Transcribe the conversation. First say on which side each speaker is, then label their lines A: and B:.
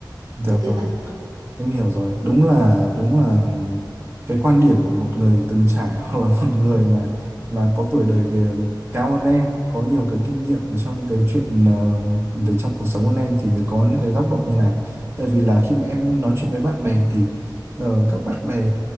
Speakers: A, on the right; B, on the right.
A: dạ
B: kiểu kiểu
A: vâng
B: vậy
A: Em hiểu rồi, đúng là đúng là cái quan điểm của một người từng trải <laughs> hoặc là một người mà mà có tuổi đời kìa, cao hơn em, có nhiều cái kinh nghiệm ở trong cái chuyện ờ, về trong cuộc sống hơn em thì mới có những cái góc độ như này. Tại vì là khi mà em nói chuyện với bạn bè thì ờ, các bạn bè